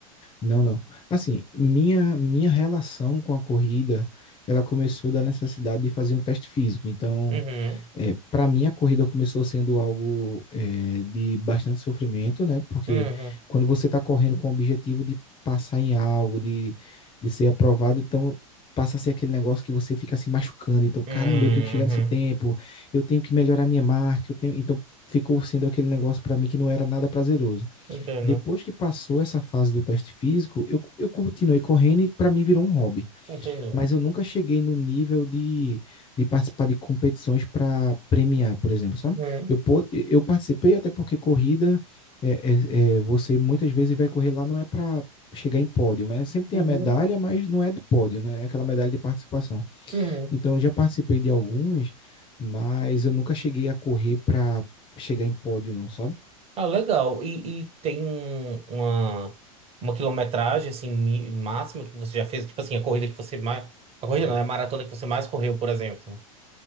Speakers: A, on the left (about 25°); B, on the right (about 35°).
A: não, não. Assim, minha minha relação com a corrida, ela começou da necessidade de fazer um teste físico. Então
B: Uhum,
A: É, para mim, a corrida começou sendo algo é, de bastante sofrimento, né? Porque
B: uhum,
A: quando você está correndo com o objetivo de passar em algo, de, de ser aprovado, então passa a ser aquele negócio que você fica se machucando. Então, caramba,
B: uhum,
A: eu tenho que chegar nesse
B: uhum.
A: tempo, eu tenho que melhorar minha marca, eu tenho... Então, ficou sendo aquele negócio para mim que não era nada prazeroso.
B: entendo,
A: Depois que passou essa fase do teste físico, eu, eu continuei correndo e para mim virou um hobby
B: entendi.
A: mas eu nunca cheguei no nível de, de participar de competições para premiar, por exemplo, sabe?
B: Uhum,
A: Eu, po- eu participei até porque corrida, é, é- é, você muitas vezes vai correr lá, não é para chegar em pódio, né? Sempre tem
B: uhum,
A: a medalha, mas não é de pódio, né? É aquela medalha de participação.
B: uhum.
A: Então, eu já participei de algumas, mas eu nunca cheguei a correr para chegar em pódio, não, sabe?
B: Ah, legal, e, e tem um, uma, uma quilometragem, assim, mi- máxima que você já fez, tipo assim, a corrida que você mais, a corrida não, é a maratona que você mais correu, por exemplo.